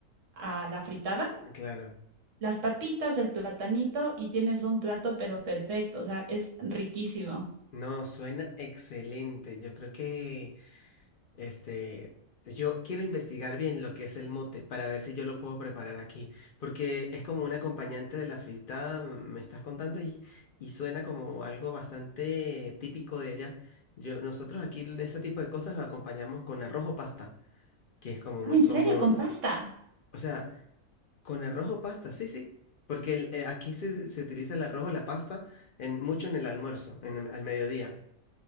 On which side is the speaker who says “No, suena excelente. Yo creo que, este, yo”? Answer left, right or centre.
Left